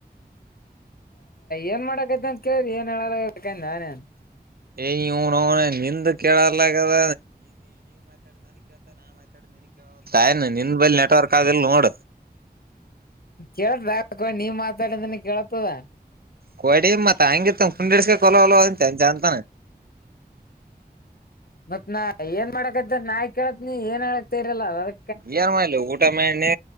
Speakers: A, on the left; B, on the right.
A: ಏನ್ ಮಾಡಕೈತಿ ಅಂತ ಕೇಳಿದ್ರಿ ಏನ್ ಹೇಳದಬೇಕ ನಾನೇನ್ <unintelligible>
B: <unintelligible> ನಿನಗ ಕೇಳವಾಲ್ಟ್ ಏನ್ ನಿನ್ ಬಲೀ ನೆಟ್ವರ್ಕ್ ಆದಿಲ್ ನೋಡ
A: ಕೇಳಳ್ತ ನೀವ ಮಾತಾಡದನ ಕೇಳತದ
B: ಕೋಡಿ ಮತ್ ಹಂಗಿರ್ತ ಪುಂಡಿಡ್ಸ್ಕ ಕೊಲಲ ಅಂತ ಜಂತಾನ
A: ಮತ್ ನಾ ಏನ್ ಮಾಡಕದ ನಾಕ್ ಕೇಳತ್ ನೀ ಏನ್ ಹಕ್ತ ಇರಲ್ಲ ಅದಕ್ಕೆ
B: ಜನ್ ಮಾಡಲಿ ಊಟ ಮಣ್ಣೆ